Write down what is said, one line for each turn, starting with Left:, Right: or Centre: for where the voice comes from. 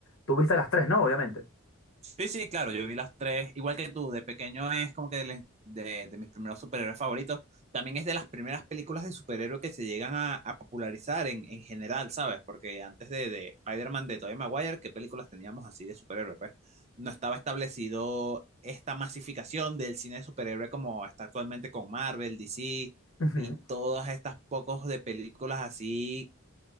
Left: Tú viste las tres, ¿no? Obviamente.
Right: Sí, sí, claro, yo vi las tres, igual que tú, de pequeño es como que de, de- de mis primeros superhéroes favoritos. También es de las primeras películas de superhéroes que se llegan a, a popularizar en, en general, ¿sabes? Porque antes de, de Spider-Man de Tobey Maguire, ¿qué películas teníamos así de superhéroes? Pues no estaba establecido esta masificación del cine de superhéroe como está actualmente con Marvel, DC
Left: Ujú.
Right: y todas estas pocos de películas así